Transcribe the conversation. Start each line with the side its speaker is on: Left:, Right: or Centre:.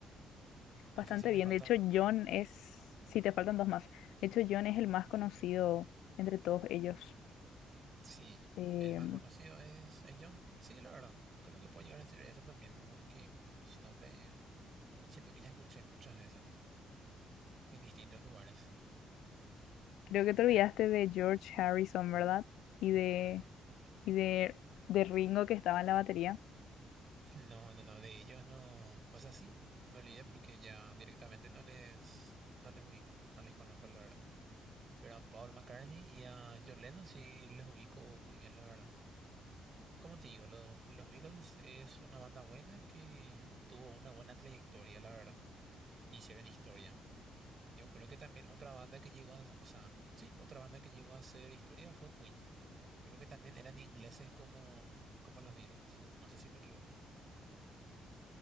Left: Bastante
Right: No sé si
Left: bien.
Right: me faltan
Left: De hecho,
Right: más.
Left: John es, sí, te faltan dos más. De hecho, John es el más conocido entre todos ellos.
Right: Sí,
Left: Eh,
Right: el más conocido es, es John. Sí, la verdad. Creo que puedo llegar a decir eso también, porque mm, su nombre. Siento que ya escuché muchas veces en distintos lugares.
Left: creo
Right: A
Left: que te olvidaste
Right: ver.
Left: de George Harrison, ¿verdad? Y de,
Right: mm,
Left: y de, de Ringo que estaba en la batería.
Right: No, no, no, de ellos no. O sea, sí, me olvidé porque ya directamente no les, no les ubico, no les conozco, la verdad. Pero a Paul McCartney y a John Lennon sí les ubico muy bien, la verdad. Como te digo, lo- los Beatles es una banda buena que tuvo una buena trayectoria, la verdad. Hicieron historia. Yo creo que también otra banda que llegó a, o sea, sí, otra banda que llegó a hacer historia fue Queen. Creo que también eran ingleses como, como los Beatles. No sé si me equivoco,